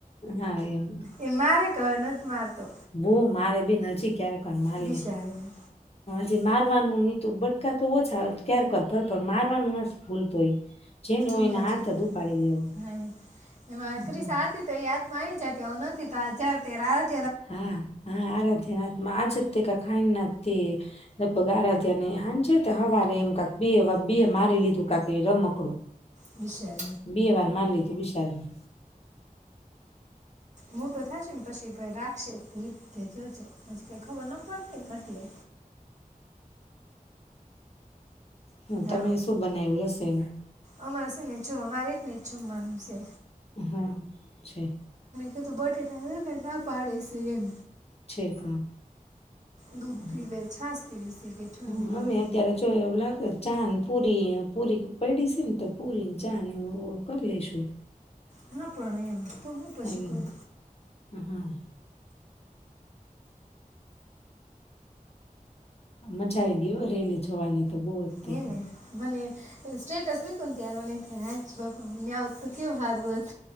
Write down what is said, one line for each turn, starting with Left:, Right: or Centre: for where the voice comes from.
Left: હા એમ
Right: એ મારે કહે નથી મારતો
Left: બવ મારે બેન હજી ક્યારેક. પપ્પાને માર
Right: બિચારીને
Left: લે. જે મારવાનું ને ઈ તો બટકા તો ઓછા ક્યારેક જ ભરે પણ મારવાનું નથી ભૂલતો ઈ. જેનો હોય
Right: ઈ
Left: એને
Right: હજી
Left: હાથ જ ઉપાડી લેવો
Right: હા એમાં ક્રીસા
Left: હમ
Right: હતી તો યાદ મા આવી જતી હવે નથી તો આ જયારે ત્યારે
Left: હા હા આરાધ્યાના હાથમાં આજ તે કાક ખાઈ નાકતી લગભગ આરાધ્યા ને એ હાંજે કે હવારે એમ કાક બે બે મારી લીધું કાક એ રમકડું.
Right: ની શેર
Left: બે વાર માર લીધું વિશારાને.
Right: મોટો થાય છે ને પછી ભાઈ રાખશે <inaudible> તેજ હજી કંઈ ખબર ન પડ એ વાટલે.
Left: હા
Right: હાલો
Left: તમે શું બનાવ્યું રસોઈમાં?
Right: અમારે શું નેચું અમારે એક ને જમવાનું શે.
Left: હા છે.
Right: એ તો બટેટા <unintelligible> ના પાડે સે એમ.
Left: છે કાક.
Right: દૂધ
Left: હમ્મ
Right: પી લે છાશ પીવી છે કે ઠંડી
Left: હમ્મ, અમે
Right: એમ
Left: અત્યારે જો એવું લાગે ચાન પુરી પુરી પડી સે ને તો પુરી ને ચાને એવ કરી લેશુ.
Right: હા પણ એમ તો હું પછી
Left: એમ
Right: કરું.
Left: હા મજા આવી ગય હો રેલી જોવાની. તો બહુ જ તે
Right: હેને મને સ્ટેટસ મૂય પણ ત્યારે મને થાય હાયસ બાપા હું ન્યાં હોત તો કેવું હારું હોત.